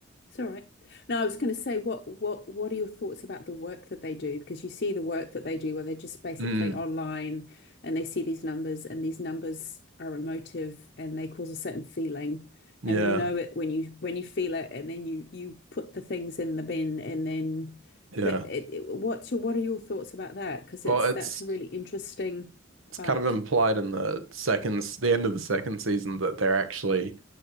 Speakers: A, on the left; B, on the right.
A: It's all right. No, I was going to say, what what what are your thoughts about the work that they do? Because you see the work that they do, where they're just basically
B: Mm,
A: online and they see these numbers, and these numbers are emotive and they cause a certain feeling,
B: yeah,
A: and you know it when you when you feel it, and then you you put the things in the bin, and then,
B: yeah.
A: but it, it, what's your what are your thoughts about that? Because
B: Well,
A: it's
B: it's
A: that's a really interesting
B: it's
A: part.
B: kind of implied in the second, s- the end of the second season that they're actually